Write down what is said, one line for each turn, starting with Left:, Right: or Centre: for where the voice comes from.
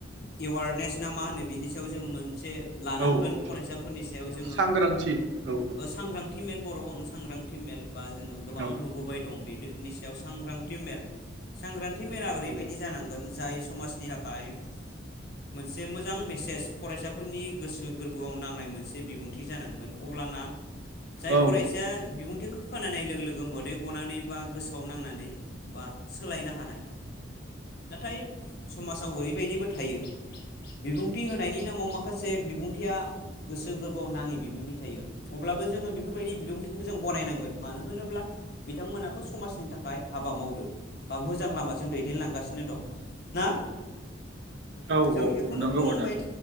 Left: एवारनेस ना मा होनो बेनि सायाव जोङो मोनसे लानांगोन
Right: औ औ
Left: फरायसाफोरनि सायाव याव जोङो
Right: सांग्रांथि औ
Left: ओ सांग्रांथि मेल बर' सांग्रांथि मेल बा जोङो गोबां
Right: औ
Left: नुबोबाय दं बेफोरनि सायाव सांग्रांथि मेल सांग्रांथि मेला ओरैबायदि
Right: औ
Left: जानांगोन जाय समाजनि थाखाय मोनसे मोजां मेसेज फरायसाफोरनि गोसो गोरबोआव नांनाय मोनसे बिबुंथि जानांगोन अब्लाना जाय
Right: औ
Left: फरायसाया बिबुंथिखौ खोनानाय लोगो लोगो मोदै गनानै बा गोसोआव नांनानै बा सोलायनो हानाय नाथाय समाजाव ओरैबायदिबो थायो बिबुंथि होनायनि नामाव माखासे बिबुंथिया गोसो गोरबोआव नाङि बिबुंथि थायो अब्लाबो जोङो बेफोरबायदि बिबुंथिखौबो जों गनायनांगोन मानो होनोब्ला बिथांमोनाबो समाजनि थाखाय हाबा मावदो बा मोजां लामाजों दैदेनलांगासिनो दं ना
Right: औ
Left: जों
Right: औ
Left: बेखौनो
Right: नंगौ
Left: बुंबाय
Right: आदा